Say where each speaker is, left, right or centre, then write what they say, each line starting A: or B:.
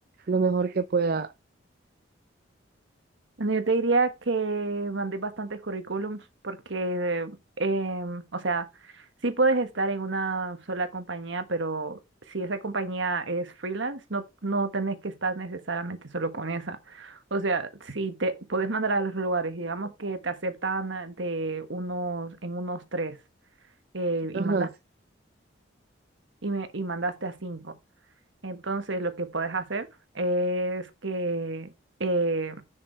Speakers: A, on the right; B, on the right.
A: lo mejor que pueda.
B: Bueno, yo te diría que mandé bastantes currículums porque, em, o sea, sí puedes estar en una sola compañía, pero si esa compañía es freelance, no, no tenés que estar necesariamente solo con esa. O sea, si te puedes mandar a los lugares, digamos que te aceptan ah, de unos, en unos tres, eh, y
A: Ajá,
B: mandas, y, me- y mandaste a cinco. Entonces, lo que puedes hacer es que eh,